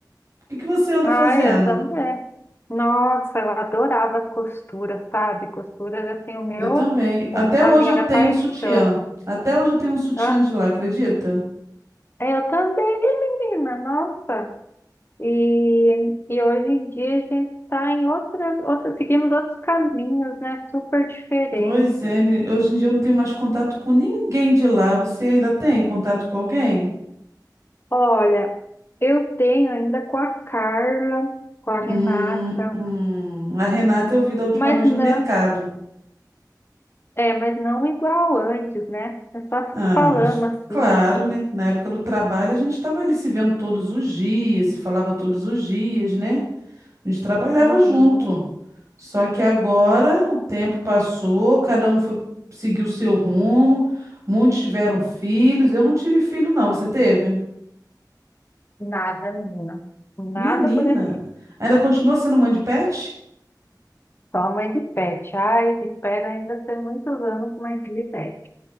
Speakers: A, on the right (about 45°); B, on the left (about 30°).
A: O que que você anda
B: Ah,
A: fazendo?
B: eu também. Nossa, eu adorava costura, sabe? Costura era assim o meu,
A: Eu também. Até
B: o- a
A: hoje
B: minha
A: eu tenho
B: paixão.
A: um sutiã. Até hoje eu tenho um sutiã
B: Ah,
A: de lá, acredita?
B: eu também, menina, nossa. E, e hoje em dia a gente está em outras, outras, seguimos outros caminhos, né? Super diferentes.
A: Pois é, me- hoje em dia eu não tenho mais contato com ninguém de lá. Você ainda tem contato com alguém?
B: Olha, eu tenho ainda com a Carla, com a
A: Hum,
B: Renata,
A: hum. a Renata eu vi da última
B: mas
A: vez
B: não,
A: no mercado.
B: é, mas não igual antes, né? É só
A: Ah,
B: falando
A: acho-
B: assim,
A: claro, né? Na época do trabalho a gente estava ali se vendo todos os dias, se falava todos os dias, né? A gente trabalhava
B: uhum,
A: junto. Só que agora o tempo passou, cada um foi seguiu o seu rumo, muitos tiveram filhos. Eu não tive filho, não. Você teve?
B: nada, menina, nada
A: Menina,
B: por aqui.
A: ainda continua sendo mãe de pet?
B: Só mãe de pet. Ai, espero ainda ter muitos anos com mãe de pet.